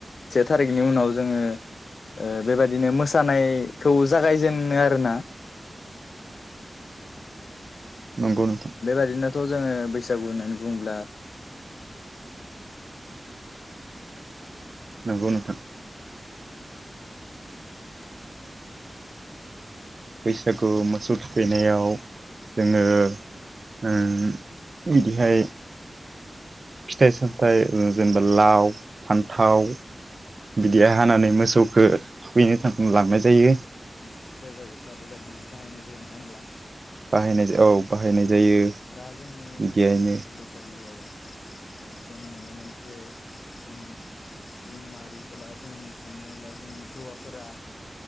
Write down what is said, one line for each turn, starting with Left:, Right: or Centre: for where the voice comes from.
Left: से थारिखनि उनाव जोंङो ओ बेबायदिनो मोसानायखौ जागायजेनो आरोना
Right: नंगौ नोंथां
Left: बेबायदिनोथ' जोंङो बैसागु होननानै बुङोब्ला
Right: नंगौ नोंथां बैसागु मोसौ थुखैनायाव जोंङो ओ बिदिहाय फिथाइ सामथाइ ओ जेनेबा लाव फान्थाव बिदिया हानानै मोसौखौ थुखैनो थाखाय लांनाय जायो।
Left: सेरजा ज'था बेबायदि बाहायनाय जायो नङा होमब्ला
Right: बाहायनाय औ बाहायनाय जायो
Left: दा जोङो
Right: बिदियायनो
Left: बैसागुआव जों नुनो मोनो जे जों सुबुं माहारि एबा जों हमनानै ला जों हौवाफोरा